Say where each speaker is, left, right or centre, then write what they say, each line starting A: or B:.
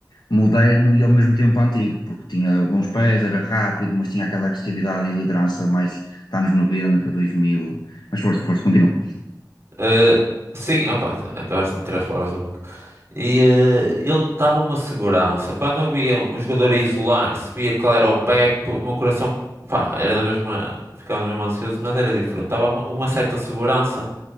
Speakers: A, on the left (about 70°); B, on the right (about 35°).
A: moderno e ao mesmo tempo antigo, porque tinha bons pés, era rápido, mas tinha aquela agressividade e liderança mais dos anos noventa, dois mil, Mas força, força, continua.
B: eh, sim, opá, acabaste de me tirar as palavras da boca. E eh, ele dava uma segurança. Quando eu via um jogador a isolar-se, via que ele era o Pepe, o meu coração, pá, era na mesma, ficava na mesma ansioso, mas era diferente. Dava uma, uma certa segurança